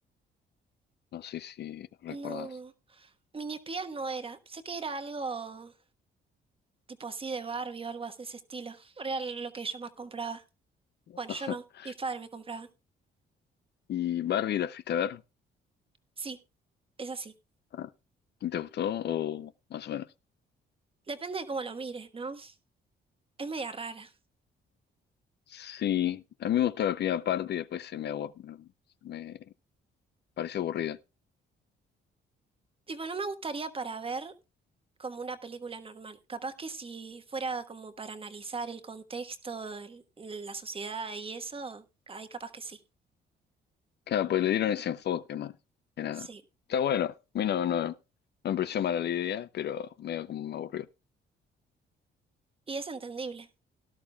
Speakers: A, on the left; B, on the right.
A: No sé si
B: No,
A: recordás.
B: mini espías no era. Sé que era algo tipo así de Barbie o algo así de ese estilo. Era lo que yo más compraba.
A: <laughs>
B: Bueno, yo no, mis padres me compraban.
A: ¿Y Barbie la fuiste a ver?
B: Sí, es así.
A: Ah, ¿y ¿Te gustó o más o menos?
B: Depende de cómo lo mires, ¿no? Es media rara.
A: Sí, a mí me gustó la primera parte y después se me, abu- me pareció aburrida.
B: Tipo, no me gustaría para ver como una película normal. Capaz que si fuera como para analizar el contexto, el- la sociedad y eso, ahí capaz que sí.
A: Claro, pues le dieron ese enfoque más que nada.
B: Sí.
A: Está bueno, a mí no, no, no me pareció mala la idea, pero medio como me aburrió.
B: Y es entendible.